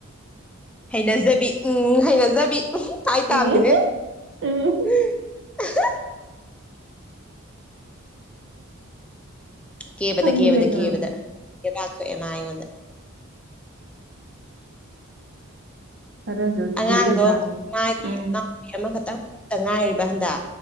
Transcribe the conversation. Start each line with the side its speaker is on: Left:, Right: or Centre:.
Centre: ꯍꯩꯅꯖꯕꯤ ꯎꯝ ꯍꯩꯅꯖꯕꯤ ꯍꯥꯏ ꯇꯥꯕꯅꯤꯅꯦ
Right: ꯎꯝ ꯎꯝ
Centre: ꯎ ꯀꯦꯕꯗ
Right: ꯈꯪꯉꯤ
Centre: ꯀꯦꯕꯗ
Right: ꯀꯩꯗꯧꯔꯒꯦ
Centre: ꯀꯦꯕꯗ ꯀꯦꯕꯥꯛ ꯊꯣꯛꯑꯦ ꯃꯥ ꯑꯩꯉꯣꯟꯗ
Right: <unintelligible>
Centre: ꯑꯉꯥꯡꯗꯣ
Right: ꯇꯥꯕꯅꯤ
Centre: ꯃꯥꯒꯤ
Right: ꯎꯝ
Centre: ꯄꯤ ꯑꯃꯈꯛꯇꯪꯛꯇ ꯉꯥꯏꯔꯤꯕ ꯍꯟꯗ